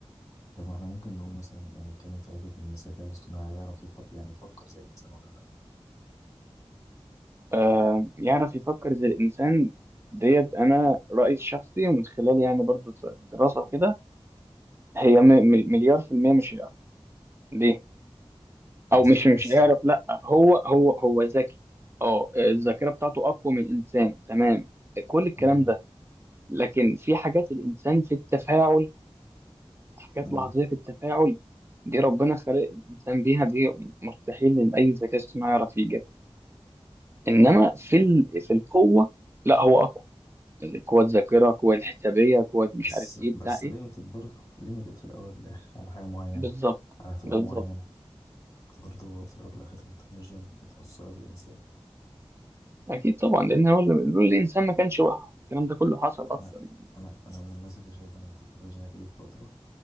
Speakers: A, on the left; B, on the right.
A: طب احنا ممكن نقول مثلا يعني نتكلم في حته ان الذكاء الاصطناعي يعرف يفكر يعني يفكر زي الانسان ولا لا
B: آه يعرف يفكر زي الإنسان ديت أنا رأيي الشخصي ومن خلال يعني برضو دراسة وكده هي م- م- مليار في المية مش هيعرف ليه؟ أو
A: هي سهله
B: مش مش
A: بس
B: هيعرف لأ هو هو هو ذكي أه الذاكرة بتاعته أقوى من الإنسان تمام كل الكلام
A: مم.
B: ده لكن في حاجات الإنسان في التفاعل حاجات
A: مم.
B: لحظية في التفاعل دي ربنا خلق الإنسان بيها دي مستحيل إن أي ذكاء اصطناعي يعرف يجيبها إنما في ال... في القوة لا هو أقوى قوة ذاكرة قوة الحسابية قوة مش
A: بس
B: عارف إيه
A: بس
B: بتاع إيه
A: ليميتد برضه ليميتد في الاول والاخر على حاجه معينه
B: بالظبط
A: على فئه
B: بالظبط
A: معينه برضه في الاول والاخر التكنولوجيا متاثره بالانسان
B: أكيد طبعا لأن هو اللي بيقول الإنسان ما كانش وقع الكلام ده كله حصل أصلا
A: لا
B: يعني
A: انا انا من الناس اللي شايفه ان التكنولوجيا هتيجي في فتره